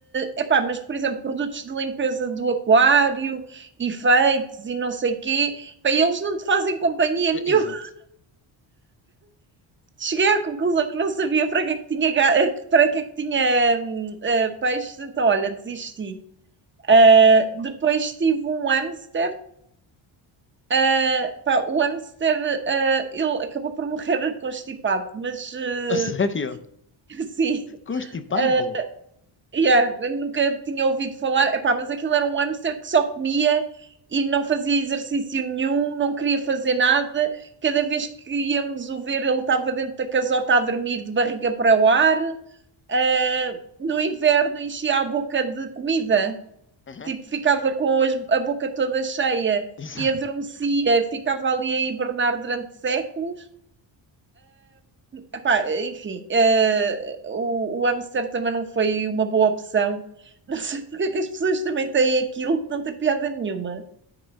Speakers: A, on the right; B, on the left.
A: é pá, mas por exemplo, produtos de limpeza do aquário, efeitos e não sei quê, pá, eles não te fazem companhia
B: Eh,
A: nenhuma.
B: Exato.
A: Cheguei à conclusão que não sabia para que é que tinha, ga- eh, que- para que é que tinha hum, eh, peixes, então olha, desisti. Ah,
B: Pá,
A: depois tive um hamster. Ah, pá, o hamster, ah, ele acabou por morrer <laughs> constipado, mas ah,
B: a sério?
A: <laughs> sim,
B: Constipado?
A: ah, yeah, nunca tinha ouvido falar. Epá, mas aquilo era um hamster que só comia e não fazia exercício nenhum, não queria fazer nada. Cada vez que íamos o ver, ele estava dentro da casota a dormir de barriga para o ar. ah, no inverno enchia a boca de comida,
B: Uhum.
A: tipo, ficava com as- a boca toda cheia
B: Exato.
A: e adormecia, ficava ali a hibernar durante séculos. Epá, enfim, ah, o, o hamster também não foi uma boa opção. <laughs> Não sei porque é que as pessoas também têm aquilo que não tem piada nenhuma.